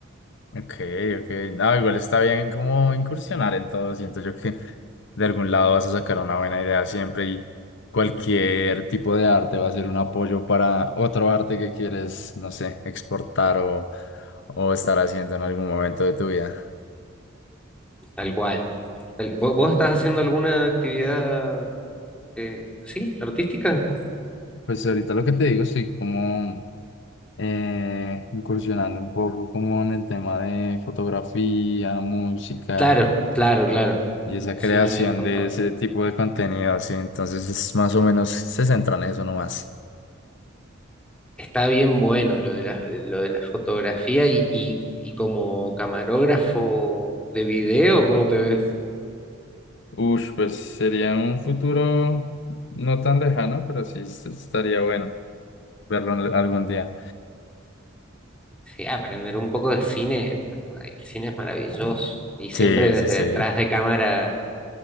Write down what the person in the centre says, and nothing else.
tal cual. Tal- ¿vo- ¿Vos, estás haciendo alguna actividad, eh, sí, artística?
Claro, claro, claro,
sí
me habías contado.
Está bien bueno lo de la, lo de la fotografía y, y, y como camarógrafo de video, ¿cómo te ves?
Sí, aprender un poco de cine, ay, el cine es maravilloso <laughs> y siempre
desde
atrás de cámara.